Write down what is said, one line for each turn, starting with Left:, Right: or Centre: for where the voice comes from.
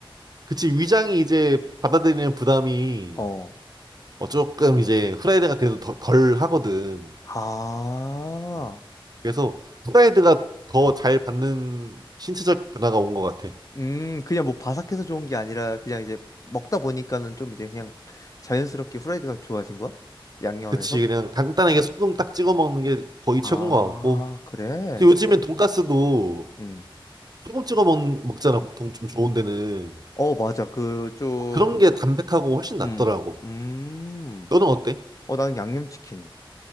Right: 그치, 위장이 이제 받아들이는 부담이
Left: 어.
Right: 어, 조금 이제 후라이드가 그래도 더- 덜 하거든.
Left: 아.
Right: 음. 그래서 후라이드가 더 잘 받는 신체적 변화가 온 것 같아.
Left: 음, 그냥 뭐 바삭해서 좋은 게 아니라 그냥 이제 먹다 보니까는 좀 이제 그냥 자연스럽게 후라이드가 좋아진 거야? 양념에서?
Right: 그치, 그냥 간단하게 소금 딱 찍어 먹는 게 거의
Left: 아,
Right: 최고인 것 같고.
Left: 그래.
Right: 근데 요즘엔 돈가스도
Left: 음.
Right: 소금 찍어 먹, 먹잖아, 보통 좀 좋은 데는.
Left: 어, 맞아. 그 좀
Right: 어, 그런 게 담백하고 훨씬 낫더라고.
Left: 음. 음.
Right: 너는 어때?
Left: 어, 나는 양념치킨.